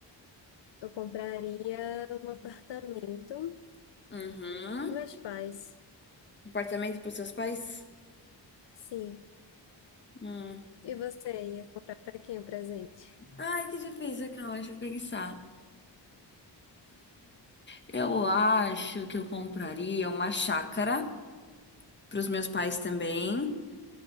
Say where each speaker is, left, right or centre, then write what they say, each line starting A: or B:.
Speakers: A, on the left; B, on the left.
A: Eu compraria um apartamento
B: Uhum.
A: com meus pais.
B: Apartamento pros seus pais?
A: Sim.
B: Hum.
A: E você ia comprar pra quem o presente?
B: Ai, que difícil, calma, deixa eu pensar. Eu acho que eu compraria uma chácara para os meus pais também,